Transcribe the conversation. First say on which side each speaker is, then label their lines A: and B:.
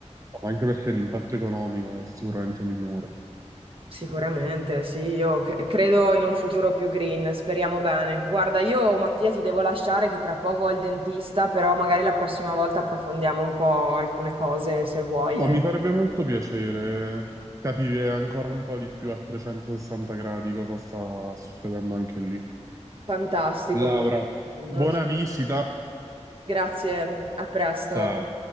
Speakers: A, on the right (about 25°); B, on the right (about 50°).
A: ma anche perché l'impatto economico è sicuramente migliore.
B: Sicuramente, sì, io cre- credo in un futuro più green, speriamo bene. Guarda, io Mattia ti devo lasciare che tra poco ho il dentista, però magari la prossima volta approfondiamo un po' alcune cose se vuoi.
A: No,
B: eh.
A: mi farebbe molto piacere capire ancora un po' di più a 360 gradi cosa sta succedendo anche lì.
B: Fantastico.
A: Laura,
B: Non
A: buona
B: so.
A: visita.
B: Grazie, a presto.
A: Ciao.